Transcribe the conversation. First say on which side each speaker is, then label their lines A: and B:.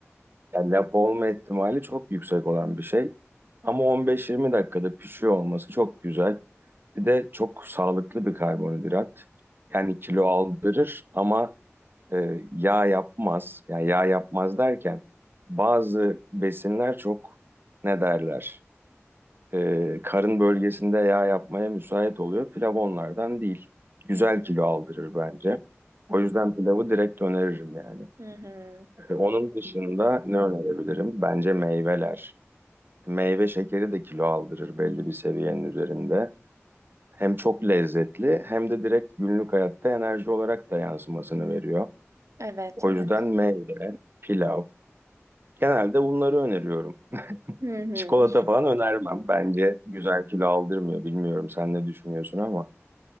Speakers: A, on the right (about 45°); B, on the right (about 85°).
A: Yani lapa olma ihtimali çok yüksek olan bir şey. Ama 15-20 dakikada pişiyor olması çok güzel. Bir de çok sağlıklı bir karbonhidrat. Yani kilo aldırır ama e, yağ yapmaz. Yani yağ yapmaz derken bazı besinler çok ne derler? E, karın bölgesinde yağ yapmaya müsait oluyor. Pilav onlardan değil. Güzel
B: Hı hı.
A: kilo aldırır bence. O yüzden pilavı direkt öneririm yani.
B: Hı hı.
A: E, Onun dışında ne önerebilirim? Bence meyveler. Meyve şekeri de kilo aldırır belli bir seviyenin üzerinde. Hem çok lezzetli hem de direkt günlük hayatta enerji olarak da yansımasını veriyor.
B: Evet,
A: O
B: evet.
A: yüzden meyve, pilav. Genelde bunları öneriyorum. <laughs>
B: Hı hı.
A: Çikolata falan önermem. Bence güzel kilo aldırmıyor. Bilmiyorum sen ne düşünüyorsun ama.